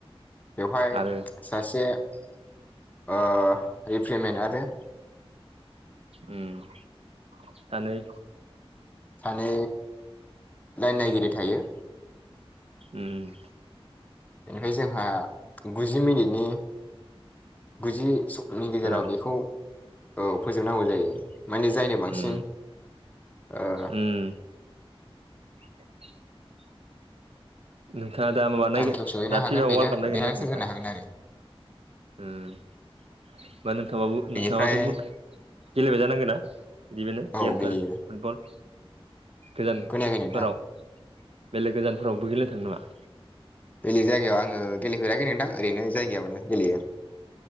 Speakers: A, on the left; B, on the right.
A: बेवहाय
B: आरो
A: सासे ओ रिप्रिमेन्ट आरो
B: उम सानै
A: सानै लाइन नायगिरि थायो।
B: उम
A: बेनिफ्राय जोंहा गुजि मिनिटनि गुजि नि गेजेराव
B: आरोना
A: बेखौ ओ फोजोबनांगौ जायो। माने जायनो बांसिन
B: उम
A: ओ
B: उम <inaudible> नोंथाङा दा माबा नागिर
A: थांखियाव सहैनो
B: दा
A: हागोन
B: फिपा
A: बेनो
B: वार्ल्ड कप नायदोंना
A: देरहासार
B: नायाखै नोंथांङा?
A: जानो हागोन आरो
B: उम बा नोंथांबाबो
A: बेनिफ्राय
B: नोंथाङाथ' बुद गेलेबाय जानांगौ ना? बिदि माने
A: औ
B: गेमफोर
A: गेलेयो
B: फुटबल गोजानफोराव
A: खोनायाखै नोंथां
B: बेलेग गोजानफोरावबो गेलेनो थाङो नामा?
A: बेलेग जायगायाव आङो गेलेफेराखै नोंथां ओरैनो जायगायावनो गेलेयो